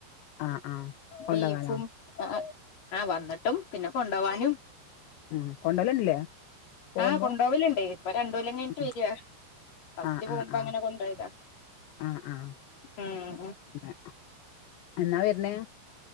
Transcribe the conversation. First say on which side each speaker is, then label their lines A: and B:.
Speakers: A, on the left; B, on the left.
A: ആഹ് ആഹ് കൊണ്ടകാനോ
B: ബീഫും ആ ആഹ് വന്നിട്ടും പിന്നെ കൊണ്ടോവാനും
A: ഉം കൊണ്ടോലുണ്ടില്ലേ പോകുമ്പോ
B: ആഹ് കൊണ്ടോവലുണ്ടേ ഇപ്പൊ രണ്ടകൊല്ലകൈഞ്ട്ട്
A: ഉം
B: വര ഫസ്റ്റ്
A: ആഹ്
B: പോകുമ്പോ
A: ആഹ് ആഹ്
B: അങ്ങനെ കൊണ്ടയിതാ
A: ആഹ് ആഹ്
B: ഉം
A: അതെ. എന്നാ വര്ണേ?